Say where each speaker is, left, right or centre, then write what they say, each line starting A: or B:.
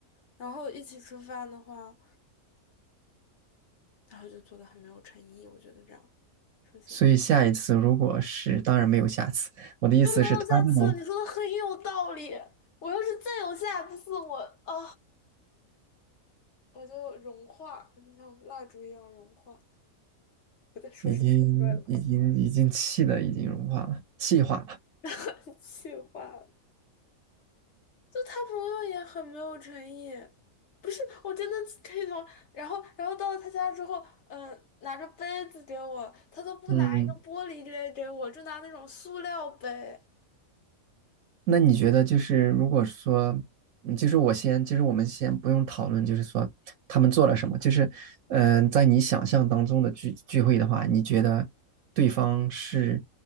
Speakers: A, on the left; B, on the right.
A: 然后一起吃饭的话，然后就做的很没有诚意，我觉得这样，首先
B: 所以下一次如果是，当然没有下次。我的意思是，
A: 就没有下次了。
B: 他这种
A: 你说的很有道理，我要是再有下次，我啊、我就融化，就像蜡烛一样融化。我在说什么奇怪的话？
B: 已经已经已经气的已经融化了，气化了。
A: <laughs> 气话。就他朋友也很没有诚意，不是，我真的可以同，然后，然后到了他家之后，嗯、拿着杯子给我，他都不拿一个玻璃杯给我，
B: 嗯，
A: 就拿那种塑料杯。
B: 那你觉得就是如果说，嗯就是我先，就是我们先不用讨论，就是说他们做了什么，就是嗯、呃在你想象当中的聚聚会的话，你觉得对方是